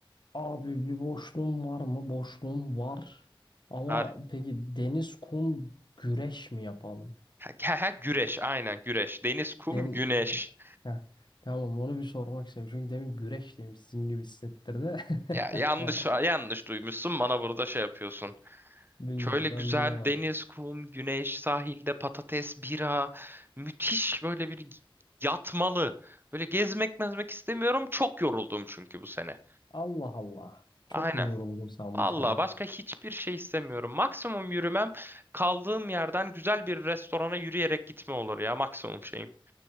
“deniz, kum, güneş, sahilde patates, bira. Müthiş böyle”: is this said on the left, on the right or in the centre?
Right